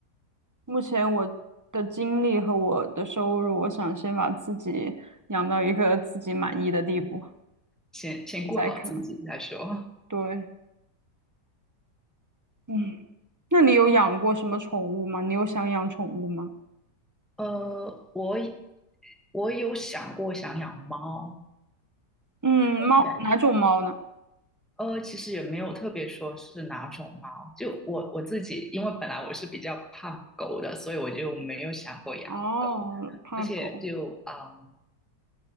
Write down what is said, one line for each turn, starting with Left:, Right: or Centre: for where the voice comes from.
Right: 目前我的精力和我的收入，我想先把自己养到一个自己满意的地步，
Centre: 先先顾好自己再说。
Right: 我再看。对，嗯，那你有养过什么宠物吗？你有想养宠物吗？
Centre: 呃，我我有想过想养猫，
Right: 嗯，猫，
Centre: 感觉
Right: 哪种猫呢？
Centre: 呃，其实也没有特别说是哪种猫，就我我自己，因为本来我是比较怕狗的，所以我就没有想过养狗，
Right: 哦，怕狗。
Centre: 而且就嗯。